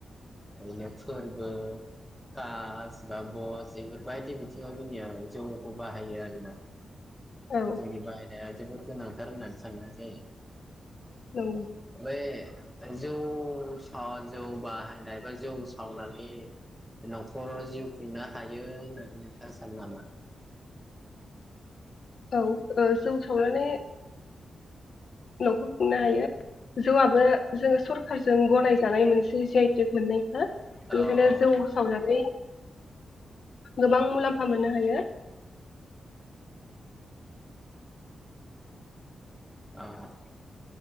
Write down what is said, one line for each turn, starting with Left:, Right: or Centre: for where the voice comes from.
Centre: ओरैनो फोरबो कास बा बस बेफोर बायदि बिथिङाव जोंनिया जौखौ बाहायो आरोना
Left: औ
Centre: जौनि बाहेरा जोबोद गोनांथार होननानै साननाय जायो
Left: औ
Centre: बै जौ सा जौ बाहायनाय बा जौ सावनानै न'खराव जिउ खुंनो हायो होननानै नोंथाङा सानो नामा
Left: औ जौ सावनानै न'खर खुंनो हायो जौआबो जों सरखारजों गनायजानाय मोनसे जिआइटिक मोननायखा बेनिखायनो
Centre: औ औ
Left: जौ सावनानै गोबां मुलाम्फा मोननो हायो
Centre: औ